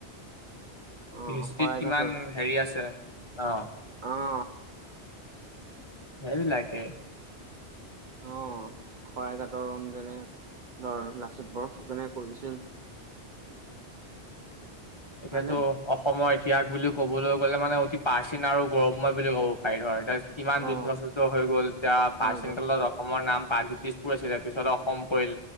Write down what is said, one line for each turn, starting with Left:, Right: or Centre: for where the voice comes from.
Right: অ
Left: হিষ্ট্ৰীত
Right: শৰাই
Left: কিমান
Right: ঘাটৰ
Left: হেৰি আছে অ
Right: অ
Left: সেইবিলাকে।
Right: অ', শৰাইঘাটৰ ৰণ যেনে ধৰ লাচিত বৰফুকনে কৰিছিল।
Left: এতিয়াতো
Right: হয়নে
Left: অসমৰ ত্যাগ বুলি ক'বলৈ গ'লে মানে অতি প্ৰাচীন আৰু গৌৰৱময় বুলি ক'ব পাৰি হয় তাৰ কিমান
Right: অ
Left: যুদ্ধ চুদ্ধ হৈ গ'ল এতিয়া প্ৰাচীন
Right: হৈ গ'ল
Left: কালত অসমৰ নাম প্ৰাগজোতিজপুৰ আছিলে পিছত অসম পৰিল।